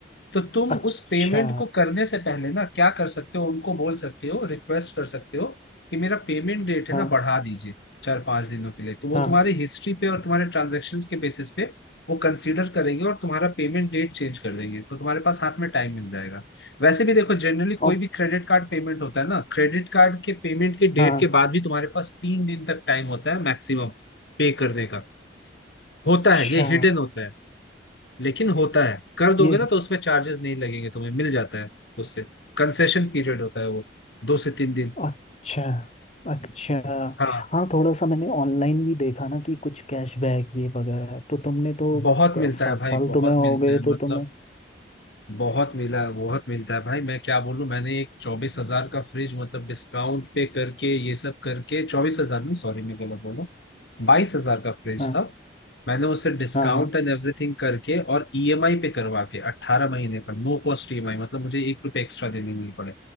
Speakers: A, on the left; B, on the left.
A: तो तुम
B: अच्छा
A: उस पेमेंट को करने से पहले ना क्या कर सकते हो उनको बोल सकते हो रिक्वेस्ट कर सकते हो कि मेरा पेमेंट डेट
B: हाँ
A: है ना बढ़ा दीजिए चार पांच दिनों के लिए तो वो
B: हाँ
A: तुम्हारी हिस्ट्री पे और तुम्हारे ट्रांजेक्शन्स के बेसिस पे वो कंसीडर करेंगे और तुम्हारा पेमेंट डेट चेंज कर देंगे तो तुम्हारे पास हाथ में टाइम मिल जाएगा वैसे भी देखो जनरली
B: अब
A: कोई भी क्रेडिट कार्ड पेमेंट होता है ना क्रेडिट कार्ड के पेमेंट के
B: हाँ
A: डेट के बाद भी तुम्हारे पास तीन दिन तक टाइम होता है मैक्सिमम पे करने का होता
B: अच्छा
A: है ये हिडन होता है लेकिन होता है कर दोगे
B: ये
A: ना तो उसमें चार्जेस नहीं लगेंगे तुम्हें मिल जाता है उससे कंसेशन पीरियड होता है वो दो से तीन दिन
B: अच्छा अच्छा अच्छा
A: हाँ
B: हाँ थोड़ा सा मैंने ऑनलाइन भी देखा ना कि कुछ कैशबैक ये वगैरह तो तुमने तो
A: बहुत
B: क-
A: मिलता
B: सात
A: है भाई
B: साल
A: बहुत
B: तुम्हें हो
A: मिलता
B: गए
A: है
B: तो
A: मतलब
B: तुम्हें
A: बहुत मिला है, बहुत मिलता है भाई मैं क्या बोलूं मैंने एक चौबीस हजार का फ्रिज मतलब डिस्काउंट पे करके ये सब करके चौबीस हजार नहीं सॉरी मैं गलत बोला बाईस हजार का फ्रिज
B: हाँ
A: था मैंने उसे डिस्काउंट
B: हाँ हाँ
A: एंड एवरीथिंग करके और ईएमआई पे करवा के 18 महीने पर नो कॉस्ट ईएमआई मतलब मुझे एक रुपये एक्स्ट्रा देने नहीं पड़े